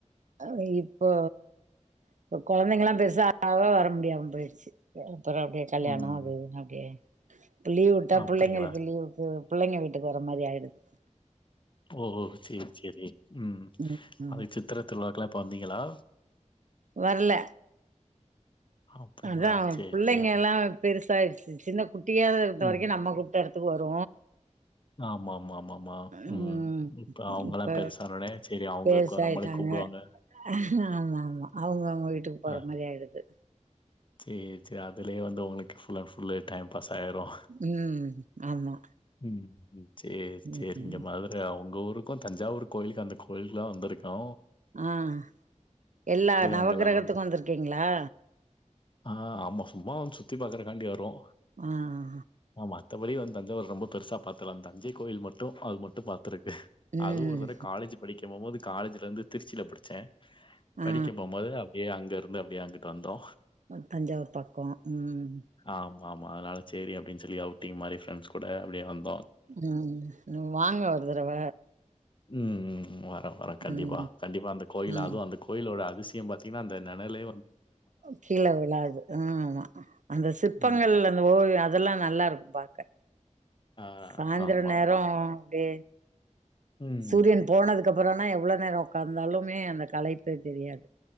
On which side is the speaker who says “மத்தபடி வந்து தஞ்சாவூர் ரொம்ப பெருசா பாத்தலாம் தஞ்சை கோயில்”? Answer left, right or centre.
Left